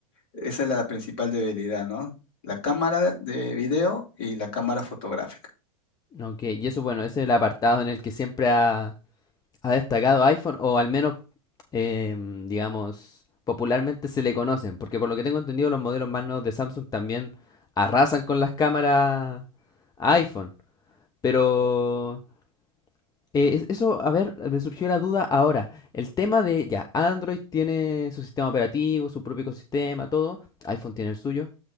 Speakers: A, on the left (about 50°); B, on the left (about 20°).
A: esa es la principal debilidad, ¿no? La cámara de video y la cámara fotográfica.
B: Ok, y eso, bueno, ese es el apartado en el que siempre ha, ha destacado iPhone, o al menos em, digamos, popularmente se le conocen, porque por lo que tengo entendido los modelos más nuevos de Samsung también arrasan con las cámaras iPhone, pero eh, es- eso, a ver, me surgió la duda ahora, el tema de, ya, Android tiene su sistema operativo, su propio ecosistema, todo, iPhone tiene el suyo,